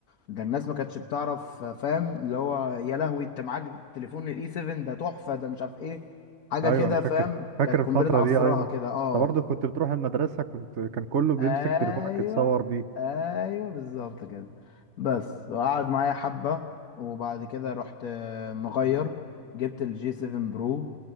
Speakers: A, on the left; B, on the right.
A: ده الناس ما كانتش بتعرف فاهم اللي هو يا لهوي انت معاك تليفون الاي 7 ده تحفه ده مش عارف ايه حاجه
B: ايوه
A: كده
B: انا فاكر
A: فاهم
B: فاكر
A: كانت قنبله
B: الفتره
A: عصرها
B: دي ايوه
A: كده اه
B: انت برضه كنت بتروح المدرسه كنت كان كله بيمسك
A: ايوه
B: تليفونك يتصور بيه
A: ايوه بالظبط كده بس وقعد معايا حبه وبعد كده رحت آه، مغير جبت الجي 7 برو